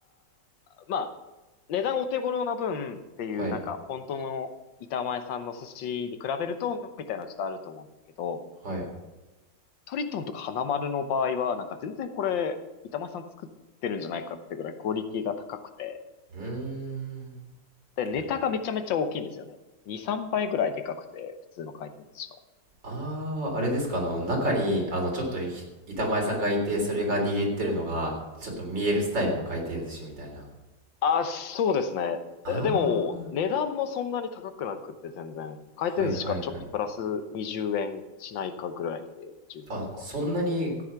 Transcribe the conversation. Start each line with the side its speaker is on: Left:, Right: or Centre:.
Left: まあ、値段お手頃な分っていう、
Right: はい。
Left: なんか、本当の板前さんの寿司に比べると、みたいなのちょっとあると思うんですけど、
Right: はい。
Left: トリトンとか花丸の場合は、なんか全然これ、板前さん作ってるんじゃないかってぐらいクオリティが高くて、
Right: うーん。
Left: で、ネタがめちゃめちゃ大きいんですよね。
Right: あり。
Left: 2、3倍ぐらいでかくて、普通の回転寿司の。
Right: ああ、あれですか。あの、中に、あの、ちょっとひ板前さんがいて、それが握ってるのが、ちょっと見えるスタイルの回転寿司みたいな。
Left: あ、そうですね。
Right: ああ、
Left: えでも、値段もそんなに高くなくって全然、回転寿司からちょっとプラス20円しないかぐらいで、
Right: はいはいはい。
Left: 10円とか。
Right: あ、そんなに、